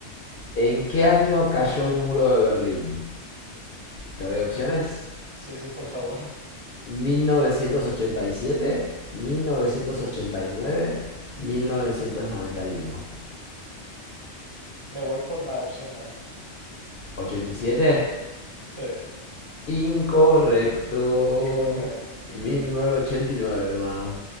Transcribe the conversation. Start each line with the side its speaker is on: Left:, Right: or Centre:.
Left: ¿En qué año cayó el muro de Berlín? ¿Te doy opciones?
Right: Sí, sí, por favor. <laughs>
Left: 1987, 1989, 1991.
Right: Me voy por la opción A.
Left: 87.
Right: Sí.
Left: Incorrecto.
Right: Híjole, híjole.
Left: 1989, hermano.